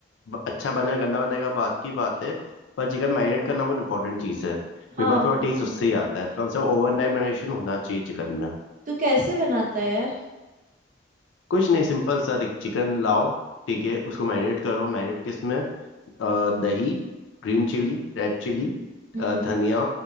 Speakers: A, on the left; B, on the right.
A: ब- अच्छा बने गंदा बनेगा बात की बात है पर चिकन मैरिनेट करना बहुत इंपॉर्टेंट चीज़ है
B: हाँ
A: बिकॉज पूरा
B: वो
A: टेस्ट
B: तो
A: उससे ही आता है तो कम से कम ओवरनाइट मैरिनेशन होना चाहिए चिकन में
B: तू कैसे बनाता है यार
A: कुछ नहीं सिंपल सा एक चिकन लाओ ठीक है उसको मैरिनेट करो मैरिनेट किस में अ, दही ग्रीन चिली रेड चिली
B: हम्म
A: अ, धनिया
B: हम्म